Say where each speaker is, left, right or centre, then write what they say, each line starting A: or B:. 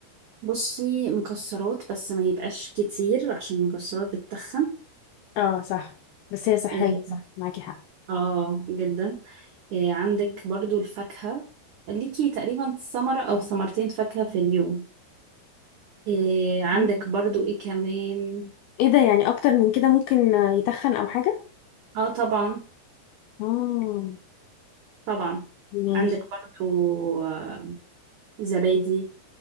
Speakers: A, on the right (about 80°); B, on the left (about 85°).
A: بصي مكسرات بس ما يبقاش كتير عشان المكسرات بتتخن
B: اه صح بس هي صحيه
A: إيه،
B: صح معاكي حق
A: اه جدا إيه، عندك برضو الفاكهة ليكي تقريبا ثمرة او ثمرتين فاكهة في اليوم إيه، عندك
B: مم.
A: برضو ايه كمان
B: ايه ده يعني اكتر من كده ممكن يتخن او حاجه
A: اه طبعا
B: اه
A: طبعا
B: ماشي
A: عندك برضو آه، زبادي